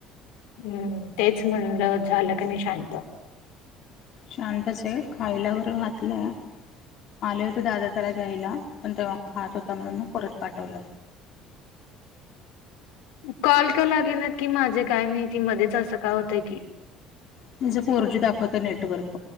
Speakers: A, on the left (about 80°); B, on the left (about 55°).
A: हम्म. तेच म्हणलं झालं का नाही शांत?
B: शांतच हाय. खायल्या वर घातलंय. आले होते दादा त्याला घ्यायला, पण तेव्हा खात होता म्हणून मग परत पाठवलं.
A: कॉल का लागेनात की माझे काय मेहती मध्येच असं काय होतं की.
B: तिज फोर जी दाखवत नेटवर्क